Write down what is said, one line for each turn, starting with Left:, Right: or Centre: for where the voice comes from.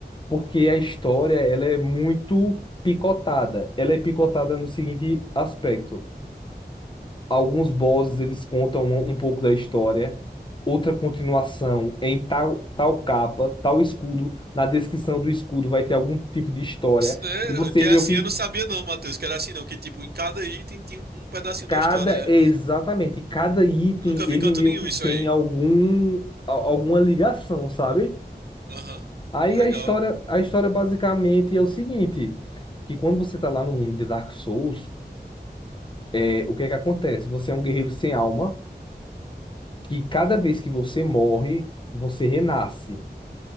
Left: porque a história ela é muito picotada. Ela é picotada no seguinte aspecto: alguns bosses eles contam um, um pouco da história, outra continuação em tal tal capa, tal escudo. Na descrição do escudo vai ter algum tipo de história
Right: Sério?
Left: e você
Right: Que
Left: meio
Right: é assim
Left: que
Right: eu não sabia não, Matheus. Que era assim não. Que tipo, em cada item tinha um um pedacinho
Left: cada
Right: da história.
Left: exatamente cada item
Right: Nunca
Left: ele
Right: vi em canto
Left: meio
Right: nenhum
Left: que
Right: isso
Left: tem
Right: aí.
Left: algum a- alguma ligação, sabe?
Right: Aham.
Left: Aí
Right: Legal.
Left: a história a história basicamente é o seguinte que quando você tá lá no mundo de Dark Souls, É, o que é que acontece? Você é um guerreiro sem alma, que cada vez que você morre, você renasce.